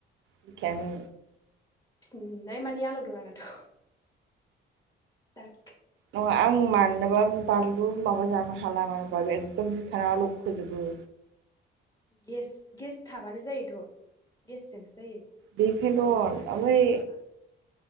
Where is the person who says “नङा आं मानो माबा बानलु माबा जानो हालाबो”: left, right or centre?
Right